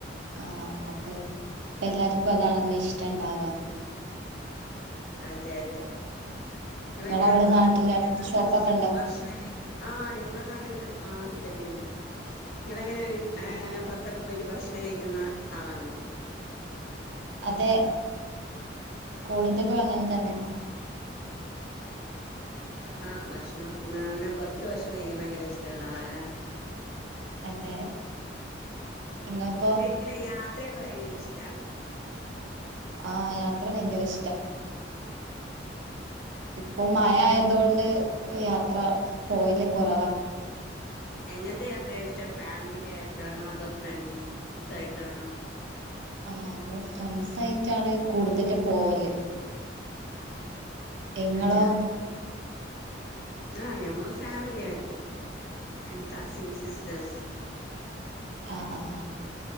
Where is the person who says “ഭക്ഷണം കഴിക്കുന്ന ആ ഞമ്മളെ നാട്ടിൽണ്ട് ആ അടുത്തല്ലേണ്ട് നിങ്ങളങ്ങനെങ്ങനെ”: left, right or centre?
Left